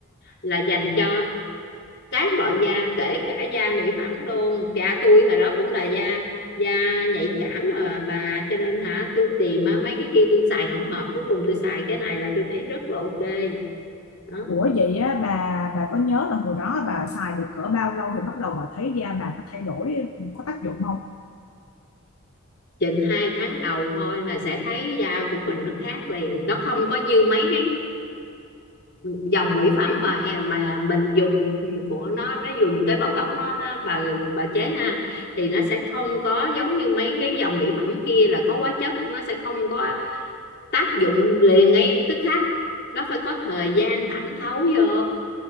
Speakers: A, on the left (about 50°); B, on the left (about 75°).
A: là dành cho các loại da, kể cả da mỹ phẩm luôn. Cha tôi hồi đó cũng là da da nhạy cảm mà bà, cho nên hả, tôi tìm á, mấy cái kia tôi xài không hợp, cuối cùng tôi xài cái này là tôi thấy rất là ok. Đó.
B: Ủa vậy á, bà bà có nhớ là hồi đó bà xài được cỡ bao lâu thì bắt đầu bà thấy da bà nó thay đổi có tác dụng không?
A: Chừng hai tháng đầu thôi là sẽ thấy da của mình nó khác liền, nó không có như mấy cái dòng mỹ phẩm mà em mà mình dùng ừ, của nó nó dùng tế bào gốc nó, nó bà bà chế ha thì nó sẽ không có giống như mấy cái dòng mỹ phẩm kia là có hóa chất nó sẽ không có tác dụng liền ngay tức khắc nó phải có thời gian thẩm thấu vô